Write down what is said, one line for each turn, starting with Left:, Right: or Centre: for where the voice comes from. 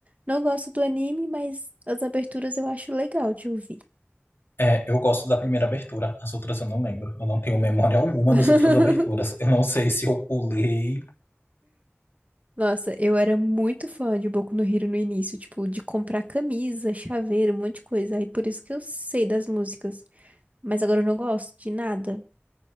Right: Não gosto do anime, mas as aberturas eu acho legal de ouvir.
Left: É, eu gosto da primeira abertura, as outras eu não lembro. Eu não tenho memória alguma
Right: <laughs>
Left: das outras aberturas. Eu não sei se eu pulei.
Right: Nossa, eu era muito fã de Boku no Hero no início, tipo, de comprar camisa, chaveiro, um monte de coisa. Aí por isso que eu sei das músicas. Mas agora eu não gosto de nada.